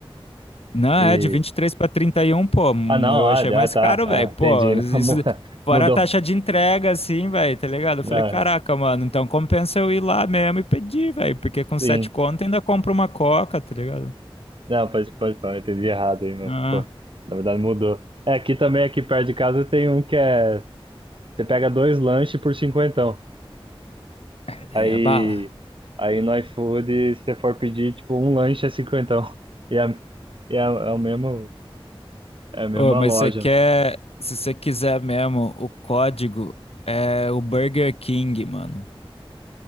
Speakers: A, on the left; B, on the right.
A: Não, é
B: E.
A: de 23 pra 31 pô. hum,
B: Ah, não,
A: Eu
B: ah,
A: achei
B: ah,
A: mais
B: tá.
A: caro,
B: Ah,
A: velho. Pô,
B: entendi. <laughs>
A: isso.
B: Não, mu-
A: Fora
B: mudou.
A: a taxa de entrega, assim, velho, tá ligado? Eu
B: Não,
A: falei, caraca,
B: é,
A: mano, então compensa eu ir lá mesmo e pedir, velho. Porque com sete
B: sim.
A: conto ainda compro uma coca, tá ligado?
B: Não, pode, pode falar, eu entendi errado aí, mas,
A: Ah,
B: pô, na verdade mudou. É, aqui também, aqui perto de casa, tem um que é. Você pega dois lanches por cinquentão.
A: é, daí
B: Aí.
A: a bala.
B: Aí no iFood, se você for pedir, tipo, um lanche é cinquentão. E é, e é, é o mesmo. É a mesma
A: Ô, mas
B: loja.
A: você quer,
B: né?
A: se você quiser mesmo, o código é o Burger King, mano,